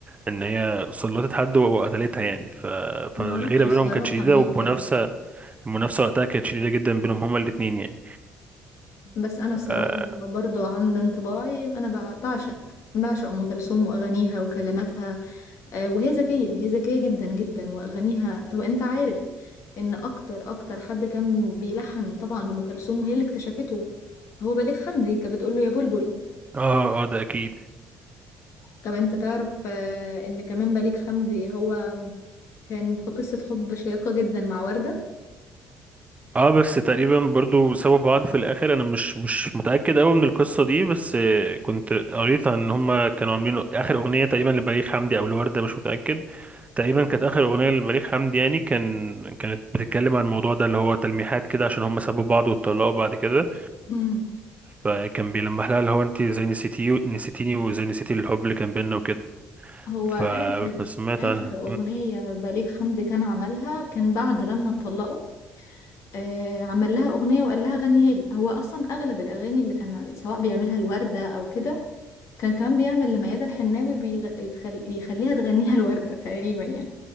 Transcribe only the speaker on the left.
ما اعرفش الصراحه
النقطه
دي
بس انا الصراحه
برضو عند انطباعي انا بع- بعشق بعشق ام كلثوم واغانيها وكلماتها آه، وهي ذكيه هي ذكيه جدا جدا واغانيها طب انت عارف ان اكتر اكتر حد كان بيلحن طبعا ام كلثوم وهي اللي اكتشفته هو بليغ حمدي كانت بتقول له يا بلبل
طب انت تعرف آه، ان كمان بليغ حمدي هو كان في قصه حب شيقه جدا مع ورده
<clears throat> مم.
هو
اخر
اخر
اغنيه بليغ حمدي كان عملها كان بعد لما اتطلقوا آه، عمل لها أغنية وقال لها غنيها لي هو أصلا أغلب الأغاني اللي كان سواء بيعملها الوردة أو كده كان كمان بيعمل لميادة الحناوي بيغ... يتخل... بيخليها تغنيها <laughs> الوردة تقريبا يعني